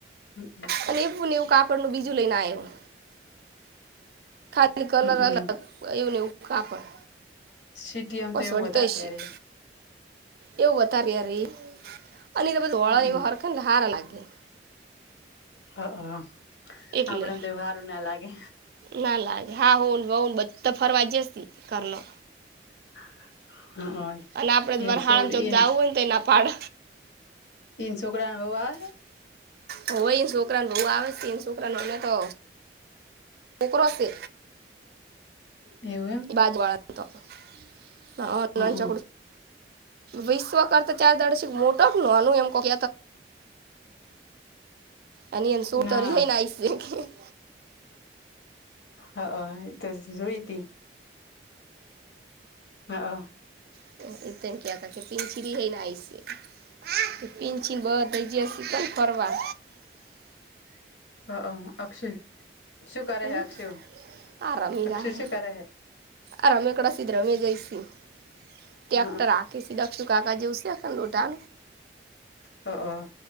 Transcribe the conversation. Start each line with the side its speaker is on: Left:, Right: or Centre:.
Left: હમમ.
Right: અને એવું ને એવું કાપડ નનું બીજું લઈને આવ્યું. અને કલર અલગ
Left: હમમ
Right: એવું નવું કાપડ
Left: સીટીએમ
Right: પસવડ
Left: તો એવું વધારે
Right: તૈસી
Left: પહેરે
Right: એવું વધારે યાર એ અને એ તો બધું વ ધોળા
Left: હમમ
Right: હોરખ હારા લાગે.
Left: હા
Right: એટલે
Left: આપડે તો હારું ના લાગે.
Right: ના લાગે હા હાહુન વવુ બધા ફરવાજીસ્તી કરણ
Left: <unintelligible>
Right: અલા આપડે
Left: હ
Right: વરહાંદ
Left: સોડ
Right: ચોક
Left: એન
Right: જાવું હોય ને તો એના પાડ.
Left: તીન છોકરા ન વઉ આવે હે?
Right: હોવ એને છોકરાને બહુ આવે છોકરાને તો છોકરો છે.
Left: એવું એમ.
Right: બાજુવાળા
Left: એમ
Right: ન
Left: હ
Right: તો વિશ્વ કર તો ચાર દાડેથી મોટો નોનો એમ કો ત અને એ શું
Left: ના
Right: તોરી <unintelligible>
Left: હા એ તો જોઈતી. હા.
Right: <unintelligible> પિનછીન બધોય જ્યોસ તન ફરવા.
Left: હક અક્ષય શું કરે
Right: હમ
Left: હૈ અક્ષુ
Right: આ રમી
Left: અક્ષુ
Right: રાહે
Left: શું કરે હૈ?
Right: આ રમેકડા સીધ રમેજાયસી ટ્રેક્ટર
Left: હ
Right: હાંકીશ અક્ષુ કાકા જોઈશે લોઢા
Left: હનહ